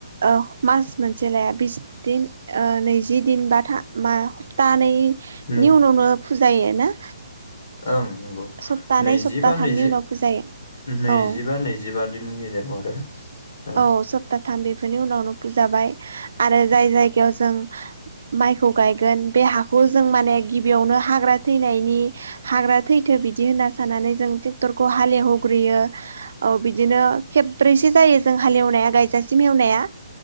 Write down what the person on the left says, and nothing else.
नै
ओं नंगौ
नैजिबा
नैजि
नैजिबा
नैजिबा दिननि गेजेराव आरो ओं